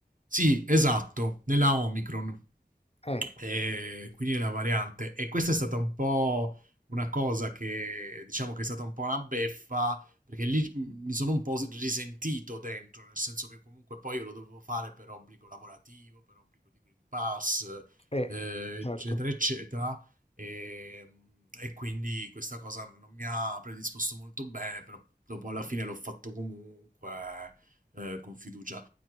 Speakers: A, on the right; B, on the left.
A: sì esatto nella Omicron
B: Eh,
A: E quindi la variante. E questa è stata un po' una cosa che diciamo che è stata un po' una beffa perché lì mi sono un po' risentito dentro, nel senso che comunque poi io lo dovevo fare per obbligo lavorativo, per obbligo di Green Pass,
B: eh,
A: eh,
B: certo.
A: eccetera, eccetera. E, e quindi questa cosa non mi ha predisposto molto bene, però dopo alla fine l'ho fatto comunque eh, con fiducia.